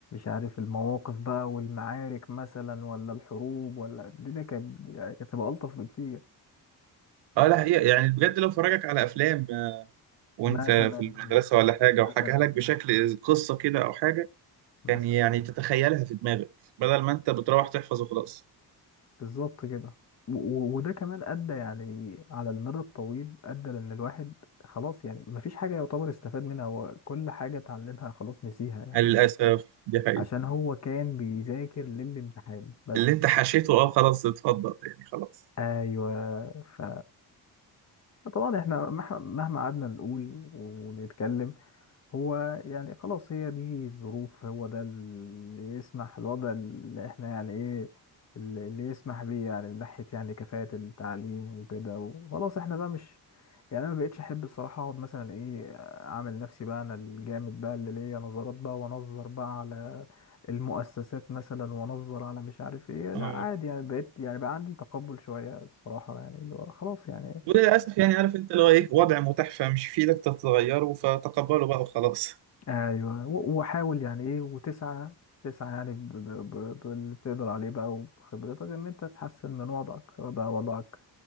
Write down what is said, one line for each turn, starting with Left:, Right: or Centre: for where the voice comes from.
Left: عارف المواقف بقى والمعارك مثلا ولا الحروب ولا الدنيا كانت يعني كانت تبقى الطف بكتير
Right: اه ده حقيقة يعني بجد لو فرجك على افلام آه، وانت
Left: مثلا
Right: في المدرسة ولا حاجة
Left: مثلا
Right: وحكاها لك بشكل قصة كده او حاجة
Left: مثلا
Right: كان يعني تتخيلها في دماغك بدل ما انت بتروح تحفظ وخلاص
Left: بالظبط كده و- و- وده كمان أدى يعني على المدى الطويل أدى لأن الواحد خلاص يعني مفيش حاجة يعتبر استفاد منها هو كل حاجة اتعلمها خلاص نسيها يعني
Right: آه، للأسف دي حقيقة
Left: عشان هو كان بيذاكر للامتحان بس
Right: اللي انت حشيته اه خلاص اتفضل يعني خلاص
Left: أيوه ف طبعا احنا مح- مهما قعدنا نقول ونتكلم هو يعني خلاص هي دي الظروف هو ده اللي يسمح الوضع اللي احنا يعني ايه اللي اللي يسمح بيه يعني من ناحية يعني كفاءة التعليم وكده وخلاص احنا بقى مش يعني انا ما بقتش احب الصراحة اقعد مثلا ايه اعمل نفسي بقى انا الجامد بقى اللي ليا نظرات بقى وانظر بقى على المؤسسات مثلا وانظر على مش عارف ايه لا
Right: آه.
Left: عادي يعني بقيت يعني بقى عندي تقبل شوية الصراحة يعني اللي هو خلاص يعني
Right: وللأسف يعني عارف أنت اللي هو إيه وضع متاح فمش في إيدك تتغيره فتقبله بقى وخلاص
Left: ايوه و- وحاول يعني ايه وتسعى تسعى يعني ب- ب- ب- باللي تقدر عليه بقى وبخبرتك ان انت تحسن من وضعك سواء بقى وضعك